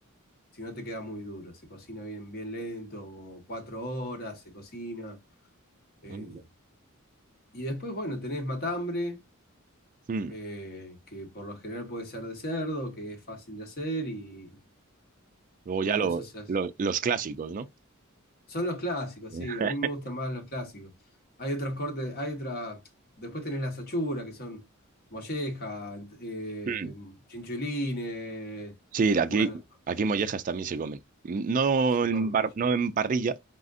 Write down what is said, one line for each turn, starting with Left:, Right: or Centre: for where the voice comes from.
Left: si no te queda muy duro, se cocina bien, bien lento, como cuatro horas se cocina. eh.
Right: Mm.
Left: Y después, bueno, tenés matambre,
Right: Mm.
Left: eh, que por lo general puede ser de cerdo, que es fácil de hacer, y,
Right: Luego
Left: y
Right: ya
Left: bueno,
Right: lo-
Left: eso se hace.
Right: lo- los clásicos, ¿no?
Left: Son los clásicos,
Right: Yeah.
Left: sí, a mí me gustan más los clásicos. Hay otros cortes, hay otras. Después tenés las achuras, que son molleja, ent- eh,
Right: Mm.
Left: chinchulines.
Right: Sí, aquí,
Left: Bueno,
Right: aquí mollejas también se comen. No
Left: se
Right: en,
Left: comen
Right: bar-
Left: molleja.
Right: no en parrilla,